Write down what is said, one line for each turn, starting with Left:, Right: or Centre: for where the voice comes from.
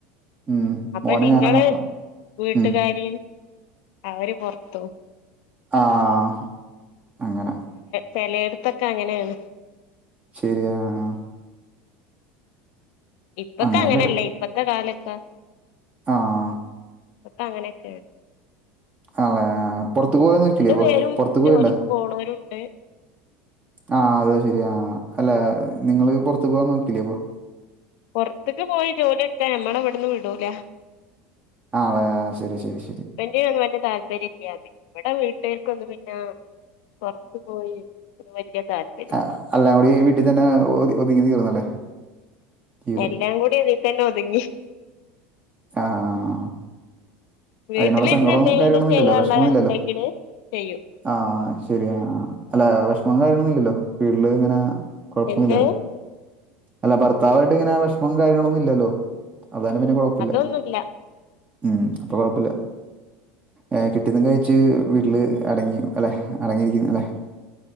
Right: ഉം
Left: അപ്പ
Right: മോനെ
Left: നിങ്ങള്
Right: ഞാനാ നോക്കണം
Left: വീട്ടുകാരിയും
Right: ഉം
Left: അവര് പൊർത്തും
Right: ആഹ് അങ്ങനെ
Left: ചെലേട്ത്തൊക്കെ അങ്ങനേണ്
Right: ശരി ആഹ് ആഹ്
Left: ഇപ്പക്കെ
Right: അങ്ങനെ
Left: അങ്ങനല്ലെ ഇപ്പത്തെ കാലൊക്കെ
Right: ആഹ്
Left: ഇപ്പത്തെ അങ്ങനൊക്കേണ്
Right: ആണ്ല്ലേ പൊറുത്ത് പോവാൻ നോക്കീല്ലേ അപ്പൊ
Left: പേരും
Right: പൊറുത്ത് ക്ക് പോയിണ്ടാ
Left: ജോലിക്ക് പോണോരുണ്ട്
Right: ആഹ് അത് ശരിയാ ആഹ് അല്ല നിങ്ങള് പൊറുത്ത്ക്ക് പോവാൻ നോകീലെ അപ്പൊ
Left: പൊർത്ത്ക്ക് പോയി ജോലി ഇട്ക്കാൻ ഞമ്മളെ ഇവ്ട്ന്ന് വിടൂല
Right: ആണ് ലെ ആഹ് ശരി ശരി ശരി
Left: ഇക്ക്യും അങ്ങനെ വല്യ താല്പര്യാന്ന് ഇവിടെ വീട്ടുകർക്കൊന്നും പിന്നെ പൊർത്ത് പോയി ഒരു വല്യ താൽപര്യ
Right: അ അല്ലാം കൂടി ഈ വീട്ടിതന്നെ ഒത് ഒത്ങ്ങി തീർന്നല്ലേ? ജീവിതം
Left: എല്ലാം കൂടി ഇതി തന്നെ ഒതുങ്ങി.
Right: ആഹ് ആ ആഹ്
Left: വീട്ടിലിരുന്ന്
Right: അയ്നോള്ള സങ്കടും
Left: എന്തെങ്കിലും
Right: കാര്യങ്ങളൊന്നുല്ലല്ലോ
Left: ചെയ്യാനുള്ള
Right: വെഷ്മൊന്നുല്ലല്ലോ
Left: ഉണ്ടെങ്കില് ചെയ്യും
Right: ആഹ് ശരിയാ അല്ല വെഷ്മും കാര്യങ്ങളൊന്നുല്ലല്ലോ വീട്ടില് ങ്ങനെ കൊഴപ്പൊന്നുല്ലല്ലോ
Left: എന്ത്
Right: അല്ല ഭർത്താവായിട്ട് ഇങ്ങനെ വെഷ്മും കാര്യങ്ങളൊന്നും ഇല്ലല്ലോ അതന്നെ കൊഴ്പ്പല്ല
Left: ഒന്നുല്ല
Right: ഉം അപ്പൊ കൊഴപ്പല്ല ഏ കിട്ട്യത് ങ്ങേ ച്ച് വീട്ടില് അടങ്ങി അല്ലേഹ് അടങ്ങിയിരിക്കുന്ന അല്ലേ